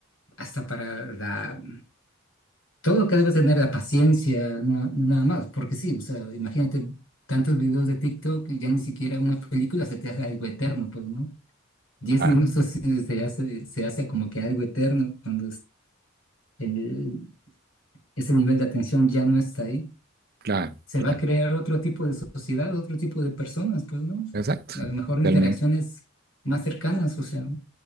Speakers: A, on the left; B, on the right.
A: hasta para la, todo lo que debes tener, la paciencia, na- nada más, porque sí, o sea, imagínate tantos videos de TikTok y ya ni siquiera una película se te hace algo eterno, pues, ¿no? Diez
B: Claro,
A: minutos <laughs> sí se hace, se hace como que algo eterno cuando es- el- ese nivel de atención ya no está ahí.
B: claro,
A: se
B: claro.
A: va a crear otro tipo de sociedad, otro tipo de personas, pues, ¿no?
B: Exacto,
A: A lo mejor
B: totalmente.
A: interacciones más cercanas, o sea,